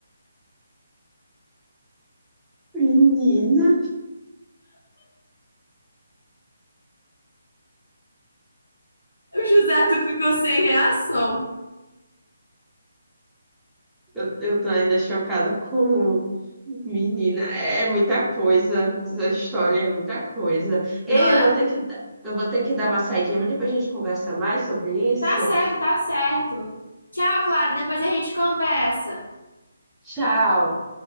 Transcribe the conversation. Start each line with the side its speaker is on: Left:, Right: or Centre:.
Centre: menina,
Left: O José Arthur ficou sem reação,
Centre: eu, eu tô ainda chocada com... Menina, é, é muita coisa. Essa história é muita coisa.
Left: não
Centre: Ei,
Left: é?
Centre: eu vou ter que, dar- eu vou ter que dar uma saidinha, mas depois a gente conversa mais sobre isso.
Left: Tá certo, tá certo. Tchau, Clara, depois a gente conversa.
Centre: Tchau.